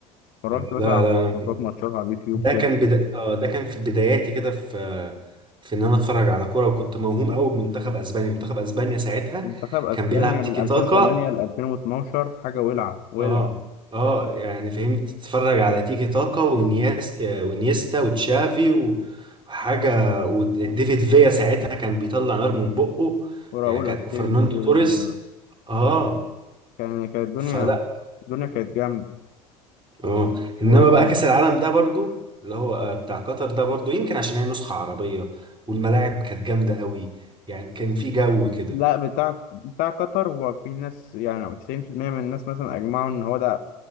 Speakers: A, on the left; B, on the right.
A: اتفرجت
B: لا
A: مثلا على
B: لا
A: لقطات
B: انا كنت-
A: ماتشات على اليوتيوب
B: ده
A: كده
B: كان بدا... آه ده كان في بداياتي كده في في ان انا اتفرج على كوره وكنت موهوم قوي بمنتخب اسبانيا منتخب اسبانيا ساعتها
A: منتخب اسبانيا
B: كان بيلعب تيكي
A: من 2008
B: تاكا
A: ل 2012 حاجه ولعه ولعه
B: اه اه يعني فهمت تتفرج على تيكي تاكا ونياس آه، ونيستا وتشافي و- وحاجه
A: أي.
B: وديفيد فيا ساعتها كان بيطلع نار من بقه
A: وراؤول
B: يعني كان
A: اسينسيو
B: وفرناندو
A: و-
B: توريس اه
A: كان كانت الدنيا
B: فلا
A: الدنيا كانت جامده
B: اه
A: وكان
B: انما بقى كاس العالم ده برضو اللي هو آه، بتاع قطر ده برضو يمكن عشان هي نسخة عربية والملاعب كانت جامدة قوي يعني كان في جو كده
A: لا بتاع بتاع قطر هو في ناس يعني 90% من الناس مثلا اجمعوا ان هو ده